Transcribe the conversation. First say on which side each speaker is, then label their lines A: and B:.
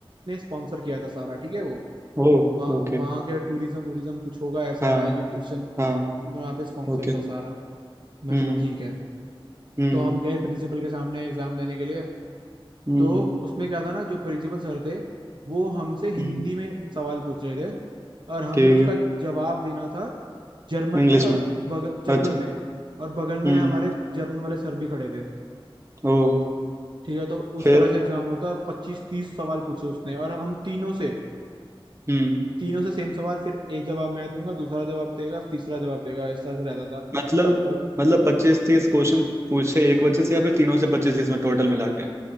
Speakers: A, on the right; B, on the right.
A: ने स्पॉन्सर किया था सारा ठीक है वो
B: ओ
A: वहाँ
B: ओके
A: वहाँ के टूरिज्म वूरिज्म कुछ होगा ऐसा
B: हाँ
A: एजुकेशन
B: हाँ
A: वहाँ पे स्पॉन्सर
B: ओके
A: था सारा मैं
B: हम्म
A: चलो ठीक है
B: हम्म
A: तो हम गए प्रिंसिपल के सामने एग्जाम देने के लिए
B: हम्म
A: तो
B: हम्म,
A: उसमें क्या था ना जो प्रिंसिपल सर थे वो हमसे हिंदी
B: हम्म,
A: में सवाल पूछ रहे थे और हमें
B: ठीक
A: उसका
B: है
A: जवाब देना था जर्मन
B: इंग्लिश
A: में और
B: में
A: बग, जर्मन
B: अच्छा
A: में और बगल में
B: हम्म
A: हमारे जर्मन वाले सर भी खड़े थे
B: ओ
A: ठीक है तो उस
B: फिर
A: तरह से एग्जाम होता है और पच्चीस तीस सवाल पूछे उसने और हम तीनों से
B: हम्म
A: तीनों से सेम सवाल फिर एक जवाब मैं दूंगा दूसरा जवाब देगा तीसरा जवाब देगा इस तरह से रहता था
B: मतलब
A: और
B: मतलब पच्चीस तीस क्वेश्चन पूछे एक बच्चे से या फिर तीनों से पच्चीस तीस में टोटल मिला के